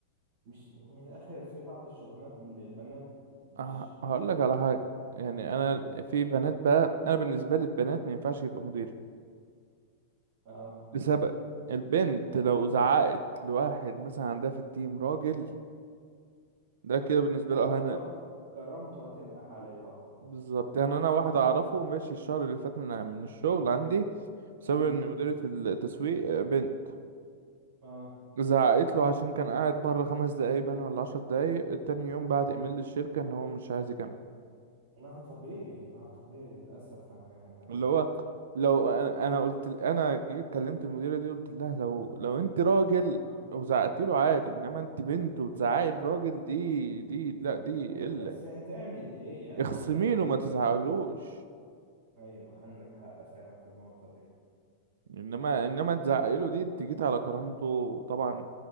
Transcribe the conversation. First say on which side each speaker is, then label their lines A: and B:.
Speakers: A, on the right; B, on the right.
A: مش من الآخر في بعض الشغلانات من البنات مش
B: آه،
A: مش
B: هقول
A: أحسن
B: لك على حاجه
A: حاجة
B: يعني انا في بنات بقى انا بالنسبه لي البنات ما ينفعش يبقى مديره
A: اه
B: لسبب البنت لو زعقت لواحد مثلا عندها في التيم راجل ده كده بالنسبه
A: ك-
B: له اهانه
A: كرام كرامته هتنقح عليه طبعا
B: بالظبط يعني انا واحد اعرفه ماشي الشهر اللي فات من من الشغل عندي بسبب
A: امم
B: ان مديره التسويق بنت
A: اه
B: زعقت له عشان كان قاعد بره خمس دقايق باين ولا عشر دقايق تاني يوم بعت ايميل للشركة ان هو مش عايز يكمل
A: ما طبيعي ما طبيعي للأسف أنا ب...
B: اللي هو لو انا أنا قلت ل- انا جيت كلمت المديرة دي قلت لها لو لو انت راجل
A: آه.
B: وزعقتي له عادي انما انت بنت وتزعقي الراجل دي دي لا دي
A: ما
B: الا
A: هي- بس هتعمل إيه يعني
B: اخصمي
A: ما هي بقت
B: له
A: مديرة
B: ما تزعقلوش
A: أيوه عندك حق فعلا في النقطة دي
B: انما انما تزعقي له دي انت جيت على كرامته طبعا